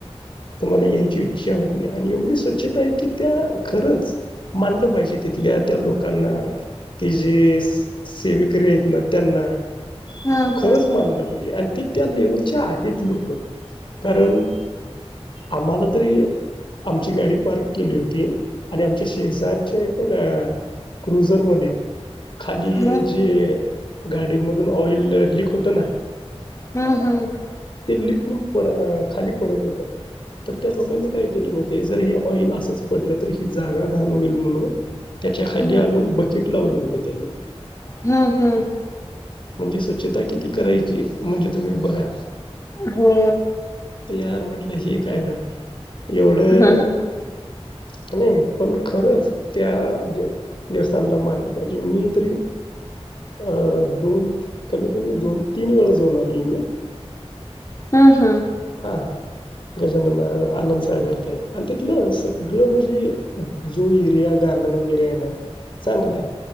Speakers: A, on the left (about 50°); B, on the left (about 30°).
A: तुम्हाला यायची इच्छा होत नाही आणि एवढी स्वच्छता आहे की त्या खरंच मानलं पाहिजे तिथल्या त्या लोकांना ती जे सेवेकरी आहेत ना त्यांना.
B: हम्म
A: खरंच
B: हम्म.
A: मानलं पाहिजे आणि ते त्या लेवलचे आहेत लोकं कारण आम्हाला तरी आमची गाडी पार्क केली होती आणि आमच्या शेजारच्या एका गा क्रुझरमध्ये खाली
B: हम्म
A: जे गाडीमधून ऑइल लिक होत ना
B: हम्म हम्म
A: लिक हून पड अ खाली पडत होत. तर त्या लोकांनी काय केलं माहित्याय जर हे ऑइल असंच पडलं तर ही जागा घाण होईल म्हणून त्याच्या
B: हम्म
A: खाली आणून बकिट लावलं होतं त्यांनी.
B: हम्म हम्म
A: म्हणजे स्वच्छता किती करायची म्हणजे तुम्ही बघा.
B: हो
A: की यार म्हटलं हे काय भान येवढं
B: हम्म हम्म
A: कने पण खरंच त्या देवस्थानला मानलं पाहिजे मी तरी अ दोन कमी कमी दोन तीन वेळा जाऊन आलोय मी.
B: अं हं.
A: हा. गजानन महारा आनंदसागर ते आणि तीथलं सगळं म्हणजे जो एरिया गा गार्डन वगैरे आहे ना चांगलाय